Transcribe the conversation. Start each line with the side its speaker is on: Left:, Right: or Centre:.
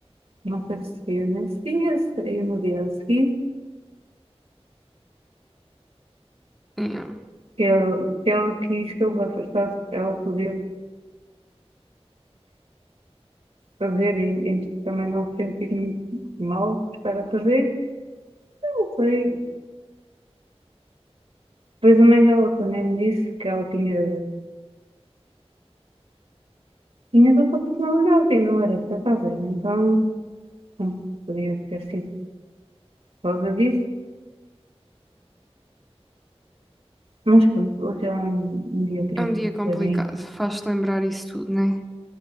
Right: Não sei se seria nesse dia, se seria no dia a seguir.
Centre: Yeah.
Right: Se ele, se ele quis que eu me afastasse, ela podia fazer e, e também não sentir-me mal por estar a fazer. Eu não sei. Depois a mãe dela também me disse que ela tinha, tinha outra personalidade e não era capaz. Então, pronto, podia ter sido por causa disso. Mas pronto, hoje é um, um dia triste
Centre: É um dia complicado,
Right: para mim.
Centre: faz-te lembrar isso tudo, não é?